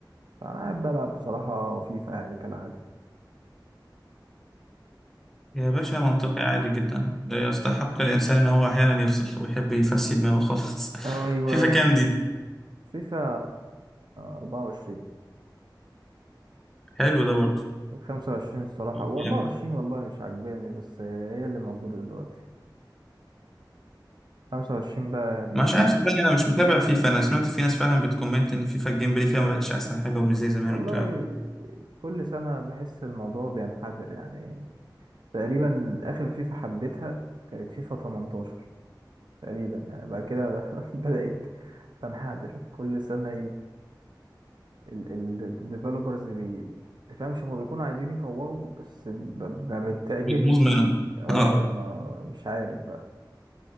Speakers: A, on the right; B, in the centre.
A: فانا قاعد بلعب بصراحه فيفا يعني كالعاده
B: يا باشا منطقي عادي جدا ده يستحق الانسان ان هو احيانا يفصل ويحب يفسي دماغه خالص
A: ايوه
B: <laughs> فيفا كام دي
A: فيفا 24
B: حلو ده برضه
A: 25 الصراحه و24
B: جامد.
A: والله مش عاجباني بس هي اللي موجوده دلوقتي 25 بقى دي
B: مش عارف صدقني انا مش متابع فيفا انا سمعت في ناس فعلا بتكومنت ان فيفا الجيم بلاي فيها ما بقتش احسن حاجه ومش زي زمان
A: والله
B: وبتاع
A: كل سنه بحس الموضوع بينحدر يعني تقريبا اخر فيفا حبيتها كانت فيفا 18 تقريبا يعني بعد كده <laughs> بدأت تنحدر كل سنة الديفلوبرز بي تفهمش هما بيكونوا عايزين يطوروا بس ب- ما بتعجبش
B: بتبوظ منهم
A: اه
B: اه
A: ما مش عارف بقى